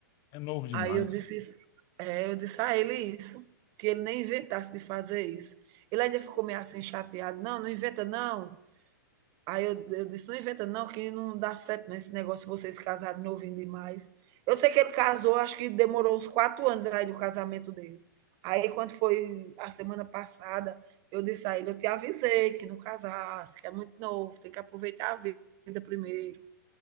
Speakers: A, on the left (about 35°); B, on the right (about 35°).
A: É novo demais.
B: Aí eu disse, isso- é, eu disse a ele isso, que ele nem inventasse de fazer isso. Ele ainda ficou meio assim chateado, não, não inventa não, Aí eu, eu disse, não inventa não, que não dá certo não, esse negócio, vocês casaram novinho demais. Eu sei que ele casou, acho que demorou uns quatro anos aí do casamento dele. Aí quando foi a semana passada, eu disse a ele, eu te avisei que não casasse, que é muito novo, tem que aproveitar a vida primeiro.